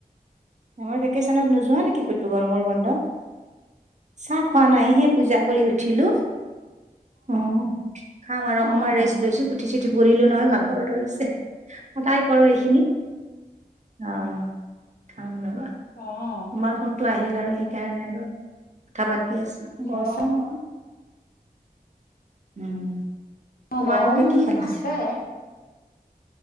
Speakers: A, on the right (about 50°); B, on the left (about 70°).
A: চামাৰ ভেকেশচনত নোযোৱা নেকি কতো গৰমৰ বন্ধত? চাহ খোৱা নাইহে পূজা কৰি উঠিলো। অ', খাম আৰু অকমান
B: অ',
A: ৰেষ্ট
B: অ'।
A: লৈছো। পুঠি চুঠি পঢ়িলো নহয় ভাগৰ ধৰিছে। সদায় কৰো এইখিনি। অ', খাম ৰবা।
B: অ',
A: তোমাৰ ফোনটো আহিল আৰু সেইকাৰণে আৰু, কথা পাতি আছো
B: দিয়া
A: গৰমো নহয়। উম
B: অ',
A: তোমালোকে
B: গৰম
A: কি খালা?
B: আছে।